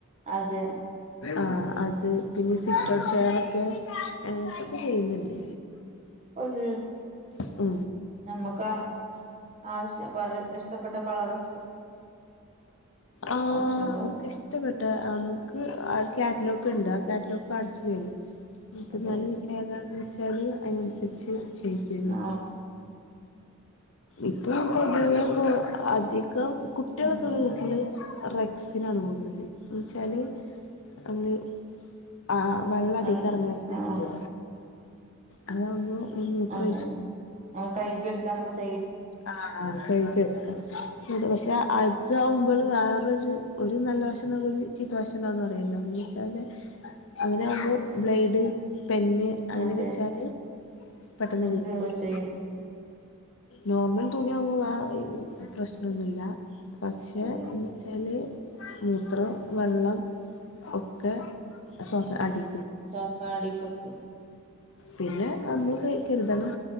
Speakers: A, on the right (about 30°); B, on the left (about 60°).
A: അതെ
B: ആ അത് പിന്നെ സിറ്റോർ ചെയെയർൊക്കെ അങ്ങനത്തൊക്കെ ചെയ്യുന്നുണ്ട്
A: ഒരു
B: <unintelligible> ആ
A: നമുക്ക് ആവശ്യം <unintelligible> ഇഷ്ടപ്പെട്ട കളർസ്
B: ആനമുക്ക്
A: ഓപ്ഷൻ ഉണ്ടാവും
B: ഇഷ്ടപ്പെട്ട നമുക്ക് കാറ്റ്‌ലോ കണ്ടാ കാറ്റ് ലോ കാണിച്ചു തരും നമുക്ക്ന്നാലും
A: അതെ
B: ഏതാന്ന് വെച്ച് ചെറിയ അതിനനുസരിച്ച് ശരിക്കെ നു
A: ആ
B: ഇപ്പ പൊതുവേ പോ അധിക കംകുട്ടികളൊക്കെ
A: അതെ
B: ഒള്ള വീട്ടില് റെക്സിനാണ് പോകുന്നത് എന്ന വച്ചാല് അങ്ങെ ആ് വെള്ളം അടിക്ക്
A: ആ
B: ഇറങ്ങത്തേക്കു
A: ആ
B: അതാവുമ്പോ മൂത്രം
A: അതെ കൈകി എടുക്കാനൊക്കെ സു
B: ആഹ കഴിക്ക എടുക്ക പക്ഷെ അതാവുമ്പോൾ വേറൊരു ഒരു നല്ല വശമാ ഒരു ചീത്ത വശണ്ടാെന്ന് അറിയില്ല എന്ന് വെച്ചാൽ അങ്ങനെ ആകുമ്പോൾ ബ്ലേഡ് പെന് അങ്ങനെയൊക്കെ
A: അതെ
B: വെച്ചാല് പെട്ടെന്ന് വീർത്ത്
A: കീറും
B: വരും
A: ചെയ്യും
B: നോർമൽ തുണിയ ആവുമ്പോൾ ആ പ്രശ്നം ഒന്നുമില്ല പക്ഷെ
A: അതെ
B: എന്ന് വെച്ചാല് മൂത്രം വെള്ളം ഒക്കെ സോ ഫഅടി
A: സഫാടി കക്കും
B: പിന്നെ നമ്മള് കരുതണം